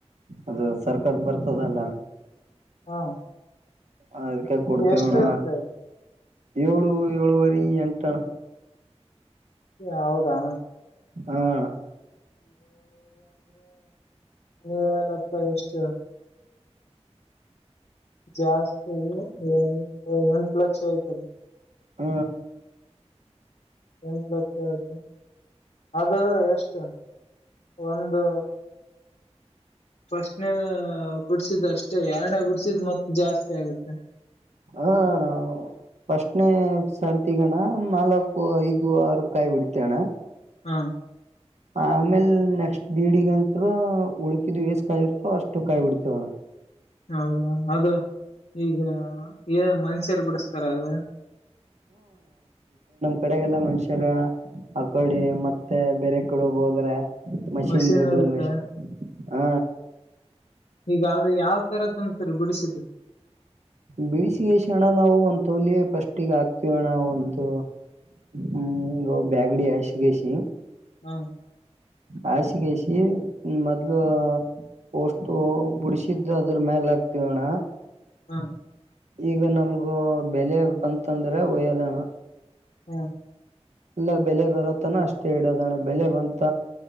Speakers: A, on the right (about 80°); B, on the left (about 85°).
A: ಅದು ಸರ್ಕಾರ ಬರ್ತದಲ್ಲ
B: ಹ್ಮ
A: ಅದಕ್ಕೆ ಕೊಡ್ತೇವಣ
B: ಎಷ್ಟು ಇರ್್ದ ಅಲ್ಲಿ
A: ಏಳು ಏಳುವರಿ ಎಂಟಣ
B: ಹೌದಾ
A: ಹ ಅಣ
B: ನೀಏನ್ತ ಎಷ್ಟ ಜಾಸ್ತಿ ಎಂಟು ಲಕ್ಷ ಆಯ್ತಲ್ಲ
A: ಹ್ಮ
B: ಎಂಟ ಲಕ್ಷ ಆಯತು ಅದು ಎಷ್ಟು ಒಂದು ಫಸ್ಟ್ನೆ ಬಿಡ್ಸಿದ್ ಅಷ್ಟೆ ಎನ ಬಿಡ್ಸಿದ್ ಮತ್ತ ಜಾಸ್ತಿ ಆಗುತ್ತೆ
A: ಅಣ ಫಸ್ಟ್ನೇ ಸರ್ತಿಗಣ್ಣ ನಾಲ್ಕು ಐದು ಆರ್ ಕಾಯಿ ಬಿಡ್ತೇಣ್ಣ
B: ಹಾ
A: ಆಮೇಲ್ ನೆಕ್ಸ್ಟ್ ಬೀಡಿಗಂತರ ಉಳಕಿದು ಯೇಸ್ ಕಾಯಿರ್ತವ ಅಷ್ಟು ಕಾಯಿ ಬಿಡ್ತೇವಣ
B: ಹೌದಾ ಅದು ಈಗ ಏ ಮನ್ಷ್ಯರು ಬಿಡಸ್ತಾರ ಅದ
A: ಕಡೆಗೆಲ್ಲ ಮನುಷ್ಯರಣ ಆಕೋಡಿ ಮತ್ತೆ ಬೇರೆ ಕಡೆೋಗ ಹೋದ್ರೆ ಮಷೀನ್
B: ಮಷಿನ್
A: ದುಡ್ಡು
B: ಇರುತ್ತೆ
A: ಮಷನ್ ಹ
B: ಈಗ ಯಾವ್ ತರ ತುಂಬಂತರು ಬಿಡಿಸಿದ್ದ
A: ಬಿಡಿಸಿಗಸಿ ಅಣ್ಣ ನಾವು ಒಂದ್ ತೋಲಿ ಫಸ್ಟ್ ಈಗ ಹಾಕ್ತಿವ ಅಣ ಒಂದು ಹ್ಮ ಬ್ಯಾಗಡಿ ಹಸಿಗಸಿ
B: ಹ್ಮ
A: ಆ ಶಿಗೆ ಆಸಿ ಈ ಮೊದ್ಲು ಪೋಸ್ ಬ ಬಿಡಿಸಿದ್ದ ಅದ್ರ ಮೇಲೆ ಆಕ್ತಿವೋಣ್ಣ
B: ಹಾ
A: ಈಗ ನಮಗು ಬೆಲೆ ಬಂತಂದ್ರೆ ಒಯ್ಯೋದಣ
B: ಹ್ಮ
A: ಇಲ್ಲ ಬೆಲೆ ಬರತನ ಅಷ್ಟೇ ಇಡೋದಣ ಬೆಲೆ ಬಂತ